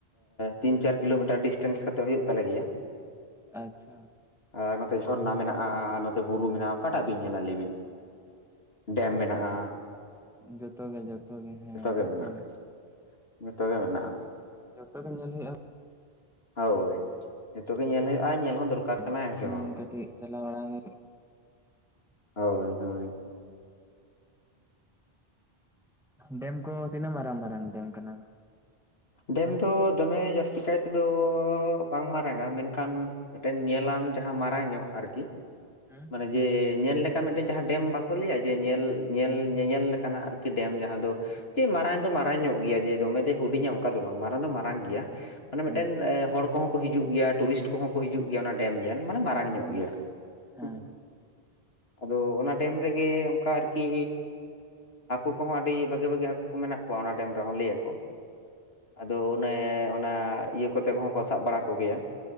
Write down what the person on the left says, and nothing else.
ᱛᱤᱱ ᱪᱟᱨ ᱠᱤᱞᱳᱢᱤᱴᱟᱨ ᱰᱤᱥᱴᱮᱱᱥ ᱠᱟᱛᱮᱜ ᱦᱩᱭᱩᱜ ᱛᱟᱞᱮ ᱜᱮᱭᱟ ᱾
ᱟᱨ ᱱᱚᱛᱮ ᱡᱷᱚᱨᱱᱟ ᱢᱮᱱᱟᱜᱼᱟ ᱱᱚᱛᱮ ᱵᱩᱨᱩ ᱢᱮᱱᱟᱜᱼᱟ ᱚᱠᱟᱴᱟᱜ ᱵᱤᱱ ᱧᱮᱞᱟ ᱞᱟᱹᱭ ᱵᱤᱱ? ᱰᱮᱢ ᱢᱮᱱᱟᱜᱼᱟ ᱾
ᱜᱮ
ᱢᱮᱱᱟᱜᱼᱟ
ᱡᱚᱛᱚ ᱜᱮ ᱢᱮᱱᱟᱜ-ᱟ
ᱦᱳᱭ ᱡᱚᱛᱚ ᱜᱮ ᱧᱮᱞ ᱦᱩᱭᱩᱜ-ᱟ ᱧᱮᱞ ᱦᱚᱸ ᱫᱚᱨᱠᱟᱨ
ᱦᱮᱸ ᱥᱮ ᱵᱟᱝ?
ᱦᱳᱭ ᱦᱳᱭ
ᱰᱮᱢ ᱫᱚ ᱫᱚᱢᱮ ᱡᱟᱹᱥᱛᱤ ᱠᱟᱭ ᱛᱮᱫᱚ ᱵᱟᱝ ᱢᱟ ᱨᱟᱝ-ᱟ ᱢᱮᱱᱠᱷᱟᱱ ᱢᱤᱫ ᱴᱮᱱ ᱧᱮᱞᱟᱱ ᱡᱟᱦᱟᱸ ᱢᱟᱨᱟᱝ ᱧᱚᱜ ᱟᱨᱠᱤ
ᱚᱱᱮ ᱡᱮ ᱧᱮᱞ ᱞᱮᱠᱟ ᱢᱤᱫ ᱴᱮᱱ ᱡᱟᱦᱟᱸ ᱰᱮᱢ ᱵᱟᱠᱚ ᱞᱟᱹᱭᱟ ᱡᱮ ᱧᱮᱞ ᱧᱮᱞ
ᱧᱮᱧᱮᱞ ᱞᱮᱠᱟᱱᱟᱜ ᱟᱨᱠᱤ ᱠᱤ ᱰᱮᱢ ᱡᱟᱦᱟᱸ
ᱫᱚ ᱡᱮ ᱢᱟᱨᱟᱝ ᱫᱚ ᱢᱟᱨᱟᱝ ᱧᱚᱜ ᱜᱮᱭᱟ ᱡᱮ ᱫᱚᱢᱮ ᱫᱤᱭᱮ ᱦᱩᱰᱤᱧᱟ ᱚᱱᱠᱟ ᱫᱚ ᱵᱟᱝ ᱢᱟᱨᱟᱝ ᱫᱚ ᱢᱟᱨᱟᱝ ᱜᱮᱭᱟ ᱢᱟᱱᱮ
ᱢᱤᱫᱴᱮᱱ ᱦᱚᱲ ᱠᱚᱸᱦᱚᱸ ᱠᱚ ᱦᱤᱡᱩᱜ ᱜᱮᱭᱟ ᱴᱩᱨᱤᱥᱴ ᱠᱚᱦᱚᱸ ᱠᱚ ᱦᱤᱡᱩᱜ ᱜᱮᱭᱟ ᱚᱱᱟ ᱰᱮᱢ ᱧᱮᱞ ᱢᱟᱱᱮ ᱢᱟᱨᱟᱝ ᱧᱚᱜ
ᱜᱮᱭᱟ
ᱦᱩᱦᱩ
ᱟᱫᱚ ᱚᱱᱟ ᱰᱮᱢ ᱨᱮᱜᱮ ᱚᱱᱠᱟ ᱟᱨᱠᱤ ᱦᱟᱹᱠᱩ ᱠᱚᱦᱚᱸ ᱟᱹᱰᱤ ᱵᱷᱟᱹᱜᱤ ᱵᱷᱟᱹᱜᱤ ᱦᱟᱹᱠᱩ ᱠᱚ ᱢᱮᱱᱟᱜ ᱠᱚᱣᱟ ᱚᱱᱟ ᱰᱮᱢ ᱨᱮᱦᱚᱸ ᱞᱟᱹᱭᱟᱠᱚ ᱟᱫᱚ ᱚᱱᱮ ᱚᱱᱟ ᱤᱭᱟᱹ ᱠᱚᱛᱮ ᱠᱚᱦᱚᱸ ᱠᱚ ᱥᱟᱵ ᱵᱟᱲᱟ ᱠᱚ ᱜᱮᱭᱟ